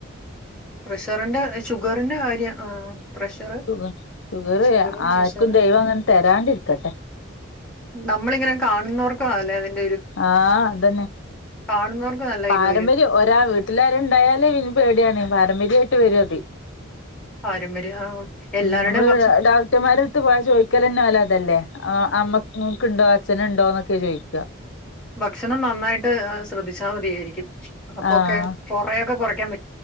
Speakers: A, in the centre; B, on the left.
A: പ്രഷറിന്റെ ഷുഗറിന്റെ കാര്യം ആ പ്രഷറ്
B: ഷുഗർ ഷുഗർ
A: ഷുഗറ്
B: ആർക്കും
A: പ്രഷറ്
B: ദൈവം അങ്ങനെ തരാണ്ടിരിക്കട്ടെ
A: നമ്മളിങ്ങനെ <unintelligible>
B: ആ അതന്നെ
A: കാണുന്നവർക്ക് നല്ല
B: പാരമ്പര്യം
A: ഇത് വരും
B: ഓരാ വീട്ടിലാരണ്ടായാലേ ഇനി പേടിയാണെ മിരി ആയിട്ട് വരും അതി
A: പാരമ്പര്യം ആ എല്ലാവരുടെയും
B: ഉം നമ്മള്
A: ഭക്ഷ
B: ഡോക്ടർമാരെടുത്ത് പോയാ ചോദിക്കലന്നാലോ അതല്ലേ ആ അമ്മക്ക് ഇണ്ടോ അച്ഛനുണ്ടോ എന്നൊക്കെ ചോദിക്കുക
A: ഭക്ഷണം നന്നായിട്ട് ശ്രദ്ധിച്ചാൽ മതിയായിരിക്കും അപ്പൊക്കെ
B: ആഹ്
A: കൊറയൊക്കെ കൊറക്ക